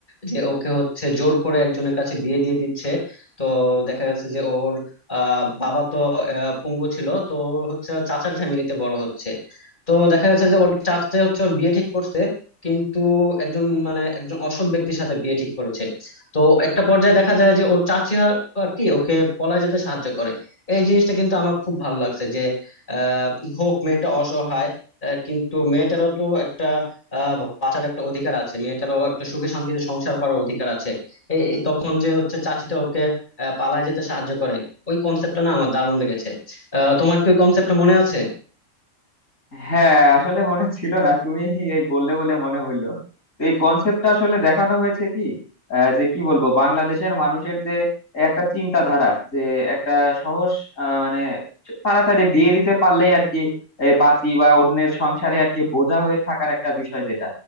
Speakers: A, on the left; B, on the left.
A: যে ওকে হচ্ছে জোর করে একজনের কাছে বিয়ে দিয়ে দিচ্ছে তো দেখা গেছে যে ওর আহ বাবা তো আহ, পঙ্গু ছিল তো ওর হচ্ছে চাচার ফ্যামিলিতে বড় হচ্ছে তো দেখা যাচ্ছে যে ওর চাচা হচ্ছে ওর বিয়ে ঠিক করছে কিন্তু একজন মানে একজন অসৎ ব্যক্তির সাথে বিয়ে ঠিক করেছে তো একটা পর্যায়ে দেখা যায় যে ওর চাচি আর আর কি ওকে পলায় যেতে সাহায্য করে এই জিনিসটা কিন্তু আমার খুব ভালো লাগছে যে আহ হোক মেয়েটা অসহায় আহ, কিন্তু মেয়েটারও তো একটা আহ বাঁচার একটা অধিকার আছে মেয়েটারও একটা সুখে শান্তিতে সংসার করার অধিকার আছে এই এই তখন যে হচ্ছে চাচিটা ওকে আহ, পালায় যেতে সাহায্য করে ওই কনসেপ্টটা না আমার দারুণ লেগেছে আহ তোমার কি ওই কনসেপ্টটা মনে আছে
B: হ্যাঁ আসলে মনে ছিল না তুমি এই বললে বলে মনে হইলো তো এই কনসেপ্টটা আসলে দেখানো হয়েছে কি আহ, যে কি বলবো বাংলাদেশের মানুষের যে একটা চিন্তাধারা যে একটা সহজ আহ, মানে তাড়াতাড়ি বিয়ে দিতে পারলেই আর কি এই বাঁচি বা অন্যের সংসারে আর কি বোঝা হয়ে থাকার একটা বিষয় যেটা